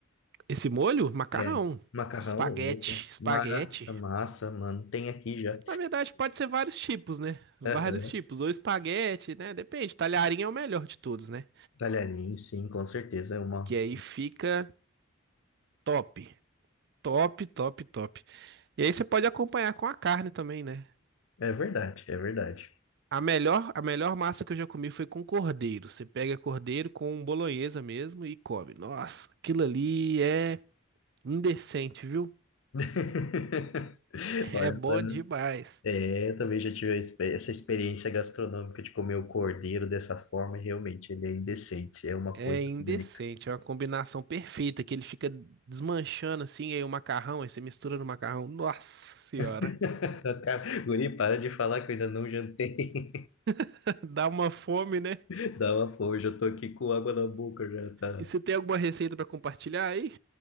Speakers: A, on the right; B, on the left.
A: Esse molho? Macarrão.
B: É, macarrão,
A: Espaguete.
B: opa,
A: Espaguete.
B: massa, massa, mano, tem aqui já.
A: Na verdade, pode ser vários tipos, né? Vários
B: Aham.
A: tipos. Ou espaguete, né? Depende. Talharim é o melhor de todos, né?
B: Talharim, sim, com certeza é uma.
A: Que aí fica top. Top, top, top. E aí você pode acompanhar com a carne também, né?
B: É verdade, é verdade.
A: A melhor, a melhor massa que eu já comi foi com cordeiro. Você pega cordeiro com bolonhesa mesmo e come. Nossa, aquilo ali é indecente, viu? <laughs>
B: <laughs>
A: É
B: Olha,
A: bom
B: mano,
A: demais.
B: é, eu também já tive esse- essa experiência gastronômica de comer o cordeiro dessa forma e realmente ele é indecente, é uma
A: É
B: coisa
A: indecente,
B: única.
A: é uma combinação perfeita que ele fica desmanchando assim, e aí o macarrão, aí você mistura no macarrão. Nossa senhora,
B: <laughs> Cara, Guri, para de falar que eu ainda não jantei.
A: <laughs> dá uma fome, né?
B: <laughs> Dá uma fome, já tô aqui com água na boca, já tá.
A: E você tem alguma receita pra compartilhar aí?